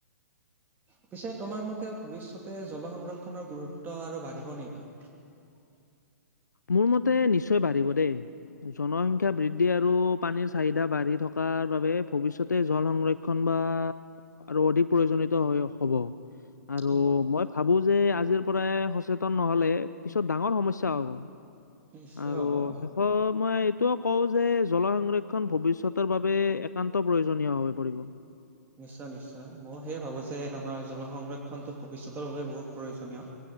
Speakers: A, on the right; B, on the left.
A: পিছে তোমাৰ মতে, ভৱিষ্যতে জল সংৰক্ষণৰ গুৰুত্ব আৰু বাঢ়িব নেকি? <inaudible>
B: মোৰ মতে, নিশ্চয় বাঢ়িব দেই। জনসংখ্যা বৃদ্ধি আৰু পানীৰ চাহিদা বাঢ়ি থকাৰ বাবে ভৱিষ্যতে জল সংৰক্ষণ খন বা আৰু অধিক প্ৰয়োজনিত হৈ হ'ব। আৰু
A: অ
B: মই ভাবো যে আজিৰ পৰাই সচেতন নহ'লে পিছত ডাঙৰ সমস্যা হ'ব।
A: নিশ্চয়
B: আৰু
A: হ'ব
B: শেষত মই এইটোও কওঁ যে জল সংৰক্ষণ ভৱিষ্যতৰ বাবে একান্ত প্ৰয়োজনীয় হৈ পৰিব।
A: নিশ্চয়, নিশ্চয়, মইও সেয়ে ভাবোঁ যে আমাৰ জল সংৰক্ষণটো ভৱিষ্যতৰ বাবে বহুত প্ৰয়োজনীয়।